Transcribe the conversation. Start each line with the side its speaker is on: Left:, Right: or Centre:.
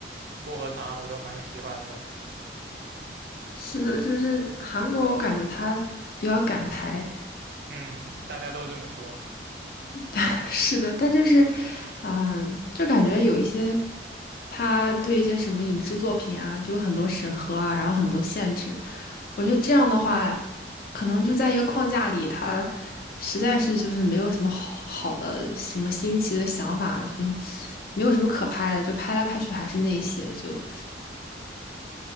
Right: 薄荷糖，我都蛮喜欢的。
Left: 是的，就是韩国，我感觉他比较敢拍。
Right: 嗯，大家都这么说。
Left: <laughs> 是的，但就是，嗯，就感觉有一些他对一些什么影视作品啊，就有很多审核啊，然后很多限制。我觉得这样的话，可能就在一个框架里，他实在是就是没有什么好好的、什么新奇的想法，就是没有什么可拍的，就拍来拍去还是那些，就